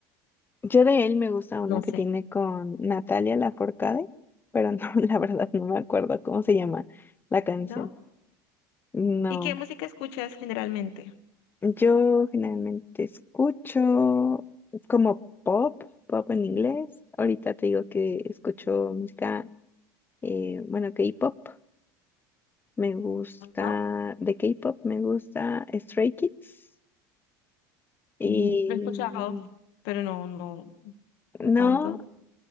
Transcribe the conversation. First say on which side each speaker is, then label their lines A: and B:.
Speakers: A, on the left (about 20°); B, on the left (about 70°).
A: yo de él me gusta una
B: no
A: que
B: sé,
A: tiene con Natalia Lafourcade, pero no, <laughs> la verdad no me acuerdo cómo se llama la canción.
B: ¿no?
A: No.
B: ¿Y qué música escuchas generalmente?
A: Yo generalmente escucho como pop, pop en inglés. Ahorita te digo que escucho música, eh, bueno, K-pop. Me gusta,
B: Ajá.
A: de K-pop me gusta Stray Kids. Y
B: Mm, Lo he escuchado, pero no, no, no
A: no,
B: tanto.